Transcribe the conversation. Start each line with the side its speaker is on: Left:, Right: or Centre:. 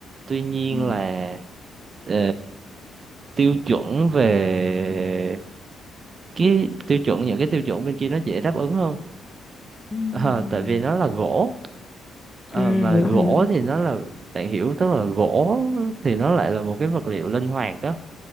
Right: tuy nhiên
Left: Ừm,
Right: là ờ, tiêu chuẩn về cái tiêu chuẩn những cái tiêu chuẩn bên kia nó dễ đáp ứng hơn
Left: ừm.
Right: Ờ, tại vì nó là gỗ Ờ,
Left: À
Right: mà
Left: hiểu
Right: gỗ
Left: hiểu.
Right: thì nó là bạn hiểu tức là gỗ thì nó lại là một cái vật liệu linh hoạt đó